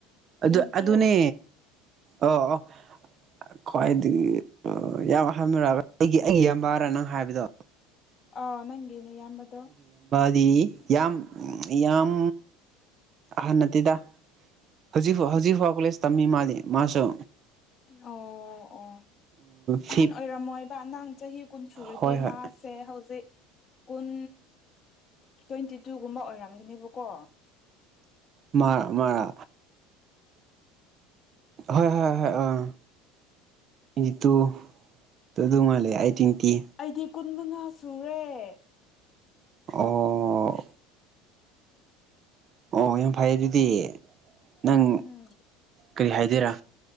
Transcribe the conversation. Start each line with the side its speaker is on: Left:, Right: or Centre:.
Left: ꯇ꯭ꯋꯦꯟꯇꯤ
Right: ꯑꯗꯨ ꯑꯗꯨꯅꯦ
Left: ꯇꯨ
Right: ꯑꯣ ꯑꯣ ꯈ꯭ꯋꯥꯏꯗꯒꯤ ꯌꯥꯝ ꯑꯍꯟꯔꯥ ꯑꯩꯒꯤ ꯑꯩꯒꯤ ꯌꯥꯝꯕꯔꯥ ꯅꯪ ꯍꯥꯏꯕꯗꯣ
Left: ꯑꯥ ꯅꯪꯒꯤ ꯅꯌꯥꯝꯕꯗꯣ
Right: ꯍꯥꯏꯗꯤ ꯌꯥꯝ ꯌꯥꯝ ꯍꯟꯅꯗꯦꯗ ꯍꯧꯖꯤꯛ ꯐꯥꯎ ꯍꯧꯖꯤꯛ ꯐꯥꯎ ꯀꯣꯂꯦꯖ ꯇꯝꯃꯤ ꯃꯥꯗꯤ ꯃꯥꯁꯨ
Left: ꯑꯣ ꯑꯣ
Right: ꯐꯤꯞ
Left: ꯑꯍꯟ ꯑꯣꯏꯔꯝꯃꯣꯏꯕ ꯅꯪ ꯆꯍꯤ ꯀꯨꯟ ꯁꯨꯔꯗꯤ
Right: ꯍꯣꯏ ꯍꯣꯏ
Left: ꯃꯥꯁꯦ ꯍꯧꯖꯤꯛ ꯀꯨꯟ ꯇ꯭ꯋꯦꯟꯇꯤ ꯇꯨꯒꯨꯝꯕ ꯑꯣꯏꯔꯝꯒꯅꯦꯕꯀꯣ
Right: ꯃꯥꯔ ꯃꯥꯔꯥ ꯍꯣꯏ ꯍꯣꯏ ꯍꯣꯏ ꯑꯥ ꯏꯇꯨ ꯑꯗꯨ ꯃꯥꯜꯂꯦ ꯑꯩ <unintelligible>
Left: ꯑꯩꯗꯤ ꯀꯨꯟ ꯃꯉꯥ ꯁꯨꯔꯦ
Right: ꯑꯣ ꯑꯣ ꯌꯥꯝ ꯐꯩ ꯑꯗꯨꯗꯤ ꯅꯪ
Left: ꯎꯝ
Right: ꯀꯔꯤ ꯍꯥꯏꯗꯣꯏꯔꯥ